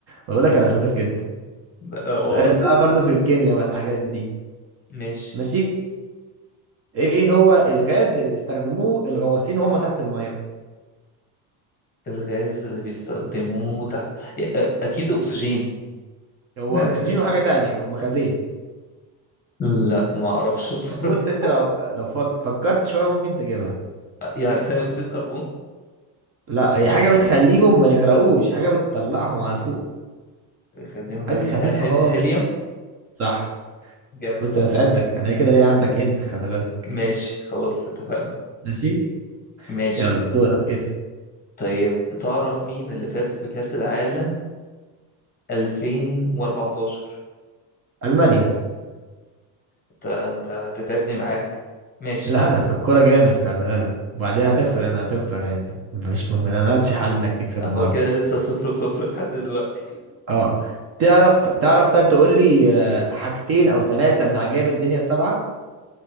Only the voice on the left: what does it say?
لا لا،
واضح
ماشي
الغاز اللي بيستخدموه تحت يا- آه، اكيد اكسجين
يعني
لا ما اعرفش بصراحه
<laughs> يعني ثاني اكسيد كربون
ما اكيد
اكيد
خليهم
يطلع
ه-
هيليوم
جامد
ماشي خلاص اتفقنا
ماشي
طيب تعرف مين اللي فاز بكأس العالم 2014
انت انت هتتعبني معاك
ماشي
ماشي
هو
هو
كده لسه صفر صفر لحد دلوقتي